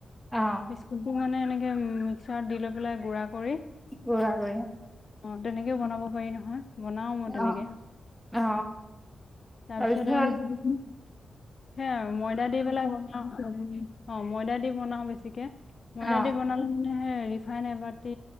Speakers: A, in the centre; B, on the left.
A: অ
B: বিস্কুটটো মানে এনে সেই মিক্সাৰত দি লৈ পেলাই গুড়া কৰি
A: গুড়া কৰি
B: অঁ, তেনেকেও বনাব পাৰি নহয়। বনাও মই তেনেকে,
A: অ অ
B: তাৰপিছতে
A: তাৰপিছত
B: যদি সেইয়াই আৰু ময়দা দি পেলাই বনোৱা অঁ ময়দা দি বনাও বেছিকে। ময়দা
A: অ
B: দি বনালে হে ৰিফাইন এবাতি